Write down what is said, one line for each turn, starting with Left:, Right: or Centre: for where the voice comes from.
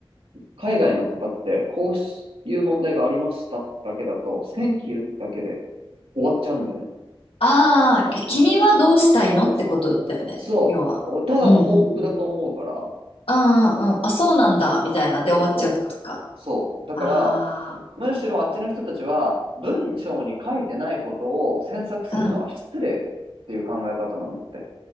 Right: 海外の方って、こういう問題がありましただけだと、Thank you だけで終わっちゃうんだよね。
Left: ああき君はどうしたいのってことだよね要はうんうんうん
Right: そう。ただの報告だと思うから、
Left: ああうんあそうなんだみたいなで終わっちゃうってことか
Right: そうそう。そう。だから、
Left: あ
Right: むしろあっちの人たちは、文章に書いてないことを詮索するのは失礼っていう考え方なんだって。
Left: あん